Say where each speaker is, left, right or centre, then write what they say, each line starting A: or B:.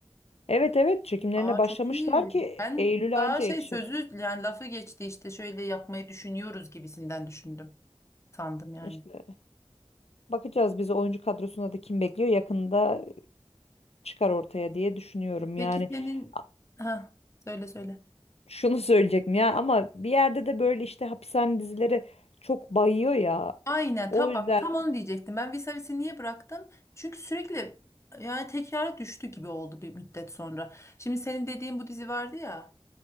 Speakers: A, on the left (about 75°); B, on the left (about 25°).
A: Evet evet çekimlerine
B: Aa
A: başlamışlar
B: çok iyi.
A: ki
B: Ben
A: Eylül'e
B: daha
A: anca
B: şey
A: yetişir.
B: sözü yani lafı geçti işte şöyle yapmayı düşünüyoruz gibisinden düşündüm. Sandım yani.
A: İşte bakacağız bizi oyuncu kadrosunda da kim bekliyor yakında çıkar ortaya diye düşünüyorum.
B: Peki
A: Yani
B: senin
A: a-
B: ha söyle söyle.
A: şunu söyleyecektim ya ama bir yerde de böyle işte hapishane dizileri çok bayıyor ya.
B: Aynen
A: O
B: tabak
A: yüzden
B: tam onu diyecektim. Ben Visavis'i niye bıraktım? Çünkü sürekli yani tekrara düştü gibi oldu bir müddet sonra. Şimdi senin dediğin bu dizi vardı ya